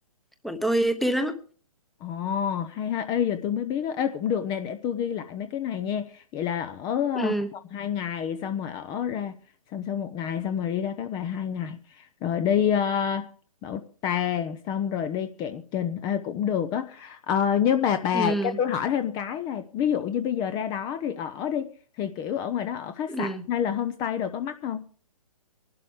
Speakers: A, in the centre; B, on the left (about 20°).
A: bọn tôi tin lắm á.
B: Ồ, hay ha, ê giờ tôi mới biết á, ê cũng được nè, để tôi ghi lại mấy cái này nha. Vậy là ở ờ,
A: ừ
B: Hải Phòng hai ngày, xong rồi ở ra, xong sau một ngày, xong rồi đi ra Các Bà hai ngày, rồi đi ờ, bảo tàng, xong rồi đi Cạn Trình, ê cũng được á. Ờ, nhưng mà bà
A: ừ
B: cho tôi hỏi thêm cái là, ví dụ như bây giờ ra đó thì ở đi, thì kiểu ở ngoài đó ở khách
A: ừ
B: sạn hay là homestay đồ có mắc không?